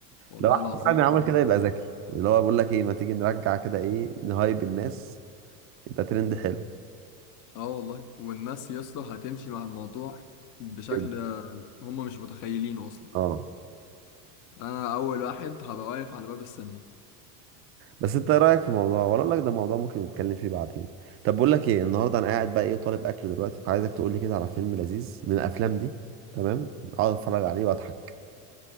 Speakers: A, on the left; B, on the right.
A: والله
B: لو احمد
A: العظيم
B: فهمي عمل
A: تبقى
B: كده
A: بص
B: يبقى ذكي اللي هو بقول لك ايه ما تيجي نرجع كده ايه نهايب الناس يبقى ترند حلو
A: اه والله والناس يا اسطى هتمشي مع الموضوع بشكل
B: كده.
A: هم مش متخيلينه اصلا
B: اه
A: انا اول واحد هبقى واقف على باب السينما
B: بس انت ايه رايك في الموضوع ولا اقول لك ده موضوع ممكن نتكلم فيه بعدين طب بقول لك ايه النهارده انا قاعد بقى ايه طالب اكل دلوقتي فعايزك تقول لي كده على فيلم لذيذ من الافلام دي تمام اقعد اتفرج عليه واضحك